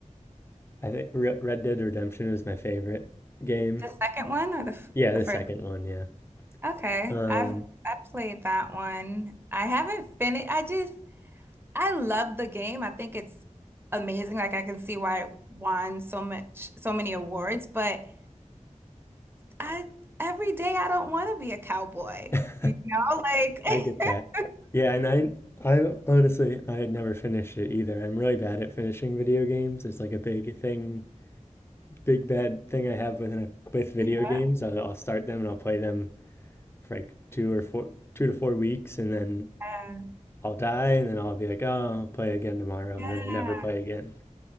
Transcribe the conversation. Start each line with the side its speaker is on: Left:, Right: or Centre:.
Left: I think Re- Red Dead Redemption is my favorite game.
Right: The second one or the f-
Left: Yeah,
Right: the
Left: the
Right: first?
Left: second one, yeah.
Right: Okay.
Left: Um,
Right: I've I played that one. I haven't finished. I just I love the game. I think it's amazing. Like I can see why it won so much so many awards, but I every day I don't want to be a cowboy.
Left: <laughs>
Right: You know, like
Left: I get
Right: <laughs>
Left: that. Yeah, and I I honestly I had never finished it either. I'm really bad at finishing video games. It's like a big thing, big bad thing I have with with video
Right: Yeah.
Left: games. I'll, I'll start them and I'll play them for like two or four, two to four weeks, and then
Right: Yeah.
Left: I'll die, and then I'll be like, oh, I'll play again tomorrow,
Right: Yeah.
Left: and then I never play again.